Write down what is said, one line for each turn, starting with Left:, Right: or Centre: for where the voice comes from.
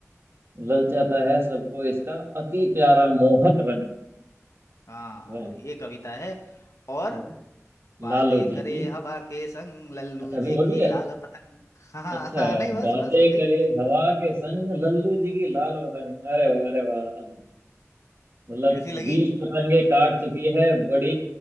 Right: ललचाता है सबको इसका अति प्यारा मोहक रंग
Left: हाँ
Right: वाह
Left: ये कविता है और
Right: और
Left: बातें
Right: लालू
Left: करे
Right: जी की
Left: हवा के संग लल्लू
Right: अच्छा अभी
Left: जी
Right: और
Left: की
Right: भी है
Left: लाल पतंग हाँ
Right: अच्छा
Left: हाँ नहीं बस
Right: बातें
Left: बस हो गई
Right: करे हवा के संग लल्लू जी की लाल पतंग अरे वाह अरे वाह मतलब
Left: कैसी लगी
Right: बीस पतंगे काट चुकी है बड़ी